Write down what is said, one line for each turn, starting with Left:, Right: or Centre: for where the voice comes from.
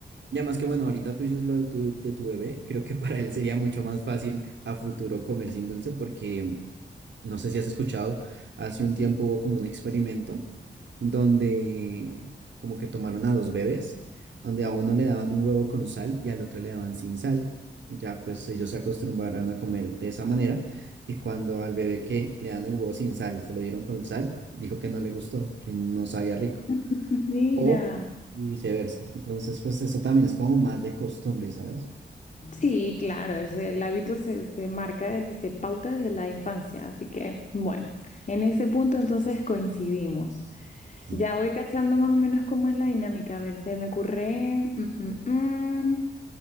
Right: Y además que bueno, ahorita tú dices lo de tu, de tu bebé, creo que para él sería mucho más fácil a futuro comer sin dulce porque no sé si has escuchado, hace un tiempo hubo como un experimento donde como que tomaron a dos bebés, donde a uno le daban un huevo con sal y al otro le daban sin sal. Ya pues ellos se acostumbraron a comer de esa manera y cuando al bebé que le dan el huevo sin sal y se lo dieron con sal, dijo que no le gustó, que no sabía rico.
Left: <laughs> Mira.
Right: O y viceversa. Entonces, pues eso también es como más de costumbre, ¿sabes?
Left: Sí, claro, es, el hábito se, se marca desde, se pauta desde la infancia, así que bueno, en ese punto entonces coincidimos.
Right: Sí.
Left: Ya voy cachando más o menos cómo es la dinámica, a ver, se me ocurre, mm, mm, mm.